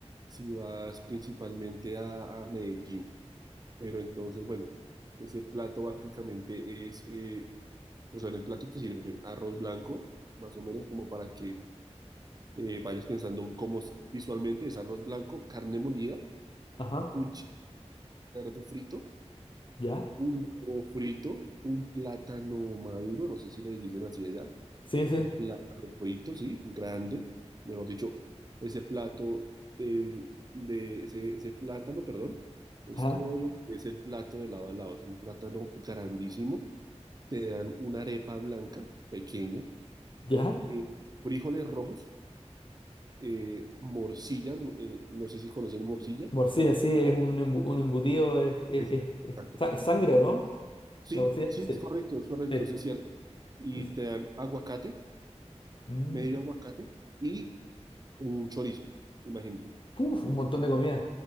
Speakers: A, on the right; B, on the left.
A: si vas principalmente a, a Medellín. Pero entonces, bueno, ese plato básicamente es, eh, o sea, en el plato te sirven arroz blanco, más o menos como para que eh, vayas pensando cómo es visualmente es arroz blanco, carne molida,
B: ajá,
A: un cerdo frito,
B: ya.
A: un huevo frito, un plátano maduro, no sé si le dicen así allá,
B: Sí, sí,
A: un plátano frito, sí, grande, mejor dicho, ese plato, eh, le- ese, ese plátano, perdón, es
B: ajá,
A: todo lo que es el plato de lado a lado, es un plátano grandísimo, te dan una arepa blanca, pequeña,
B: ya.
A: eh, frijoles rojos, eh, morcilla, eh, no sé si conocen morcilla.
B: Morcilla, sí, es un, embu- un embutido, es, es-
A: Sí.
B: es- es
A: Exacto.
B: sa- es sangre, ¿o no?
A: Sí,
B: La morcilla,
A: sí,
B: sí,
A: es correcto, es correcto,
B: sí,
A: eso es cierto. Y
B: sí, sí.
A: te dan aguacate,
B: Mm.
A: medio aguacate y un chorizo, imagínate.
B: Uf, un montón de comida.